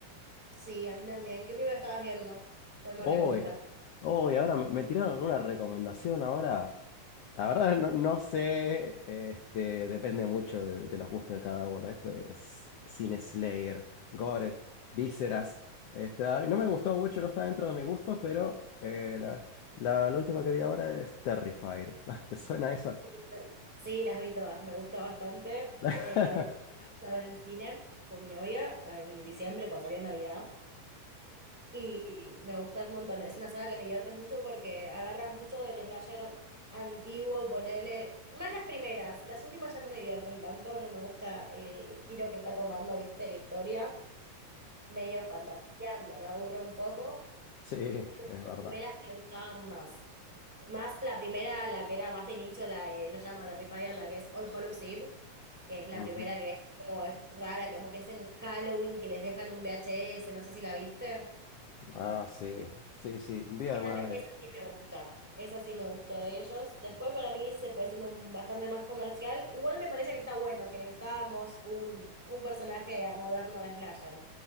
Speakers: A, in the centre; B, on the left.
A: Sí, a mí también. ¿Qué película estabas viendo? ¿Cuál me
B: hoy
A: recomendás?
B: hoy ahora me me tiraron una recomendación ahora. La verdad no, no sé, este, depende mucho de, de los gustos de cada uno. Esto es Cine Slayer, Goret, Vísceras. Este, a mí no me gustó mucho, no está dentro de mi gusto, pero eh, la, la- la última que vi ahora es Terrifier. <laughs> ¿Te suena esa?
A: Sí, Sí, las vi todas, me gusta bastante.
B: <laughs>
A: Eh, la última a ver en el cine con mi novia eh, en diciembre, cuando salió Navidad. Y me gusta un montón. Es una saga que me divierte mucho porque agarra mucho del slasher antiguo, ponele. Más las primeras, las últimas ya no me divierten tanto, no me gusta el giro que está tomando, viste, la historia. Medio fantasía, me me aburre un poco.
B: Sí, es
A: Las
B: verdad.
A: primeras me gustaban más. Más la primera, la que era más de nicho, la de No llama Terrifier, la que es All Hallows Eve, que es la
B: Ujú.
A: primera que es como es rara, como que es en Halloween que les dejan un VHS, no sé si la viste.
B: Ah, sí, sí, sí, vi algunas
A: Esa, me- esa
B: de...
A: sí me gusta, esa sí me gustó de ellos. Después para mí se fue siendo un- bastante más comercial. Igual me parece que está bueno, que necesitábamos un, un personaje moderno de Slasher.